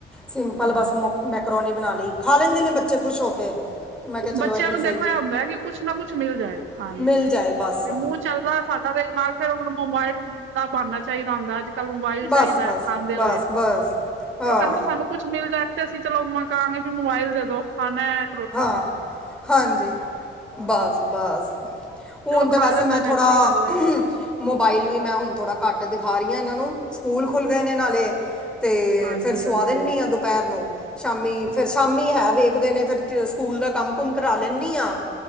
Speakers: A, in the centre; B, on the right.
A: ਸਿੰਪਲ
B: ਹਾਂ
A: ਬਸ ਮੁ ਮੈਕਰੋਨੀ ਬਣਾ ਲਈ, ਖਾ ਲੈਂਦੇ ਨੇ ਬੱਚੇ ਖੁਸ਼ ਹੋ ਕੇ। ਤੇ ਮੈਂ ਕਿਹਾ ਚਲੋ
B: ਬੱਚਿਆਂ
A: ਇਹੀ
B: ਨੂੰ
A: ਸਹੀ
B: ਦੇਖੋ ਇਹ ਹੁੰਦਾ ਹੈ ਕਿ ਕੁਛ ਨਾ ਕੁਛ ਮਿਲ ਜਾਏ, ਖਾਣ ਨੂੰ,
A: ਮਿਲ ਜਾਏ ਬਸ
B: ਤੇ ਮੂੰਹ। ਚੱਲਦਾ ਸਾਡਾ ਤੇ ਨਾਲ ਫਿਰ ਹੁਣ ਮੋਬਾਇਲ ਦਾ ਬਣਨਾ ਚਾਹੀਦਾ ਹੁੰਦਾ। ਕੱਲ ਨੂੰ ਬਾਈ
A: ਬਸ
B: ਚਾਹੀਦਾ
A: ਬਸ
B: ਖਾਂਦੇ
A: ਬਸ
B: ਹੋਏ,
A: ਬਸ ਹਾਂ
B: ਤੇ ਉਹ ਕਹਿੰਦੇ ਸਾਨੂੰ। ਕੁਛ ਮਿਲ ਜਾਏ ਤੇ ਅਸੀਂ ਚਲੋ ਮਕਾਂਗੇ ਵੀ ਮੋਬਾਈਲ ਦੇ ਦੋ ਖਾਣਾ ਹੈ।
A: ਹਾਂ, ਹਾਂਜੀ, ਬਸ, ਬਸ। ਹੁਣ
B: ਚਲੋ
A: ਤਾਂ
B: ਖਾ
A: ਵੈਸੇ
B: ਲੈਂਦੇ
A: ਮੈਂ ਥੋੜ੍ਹਾ।
B: ਨੇ ਅੱਛੀ ਗੱਲ ਏ ਬੱਚੇ।
A: ਮੋਬਾਈਲ ਵੀ ਮੈਂ ਹੁਣ ਥੋੜ੍ਹਾ ਘੱਟ ਦਿਖਾ ਰਹੀ ਹਾਂ ਇਹਨਾਂ ਨੂੰ, ਸਕੂਲ ਖੁੱਲ੍ਹ ਗਏ ਨੇ ਨਾਲੇ। ਅਤੇ
B: ਹਾਂਜੀ-ਹਾਂਜੀ
A: ਫਿਰ ਸੁਆ ਦਿੰਦੀ ਹਾਂ ਦੁਪਹਿਰ ਨੂੰ, ਸ਼ਾਮੀ ਫਿਰ ਸ਼ਾਮੀ ਹੈ ਵੇਖਦੇ ਨੇ ਫਿਰ। ਸਕੂਲ ਦਾ ਕੰਮ ਕੁਮ ਕਰਾ ਲੈਂਦੀ ਆ